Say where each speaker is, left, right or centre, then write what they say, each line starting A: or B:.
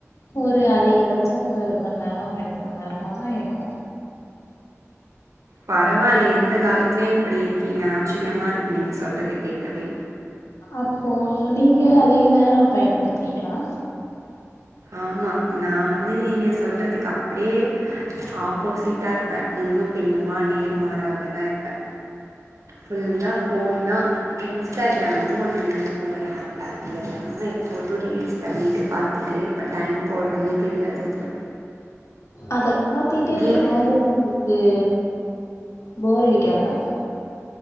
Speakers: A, on the left; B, on the right.
A: ஒரு அதிகபட்சோ ஒரு மண் நேரோ ரெண்டு மண் நேரமாதா இருக்கு
B: பரவாலயே இந்த காலத்துலயு இப்டி இருக்கீங்க ஆச்ரியமா இருக்கு நீங்க சொல்றத கேக்கவே
A: அப்போ நீங்க அதிக நேரோ பயன்படுத்வீங்ளா
B: ஆம்மா நா வந்து நீங்க சொல்றதுக்கு அப்டியே ஆப்போசிட்டா முன்னும் பின்னுமா நேர் மாறாக தா இருப்பே ஃபுல்லா போன்தா இன்ஸ்டாகிராம்னு ஒன்னு ஒரு ஆப் அதுலதா எப்போது ரீல்ஸ் பண்ணிட்டு பாத்துட்டே இப்போ டைம் போறதே தெரியாது அதுல
A: அத பாத்திட்டே
B: கேம்
A: இருக்கும்போது ஒங்களுக் க்கு போரடிக்காதா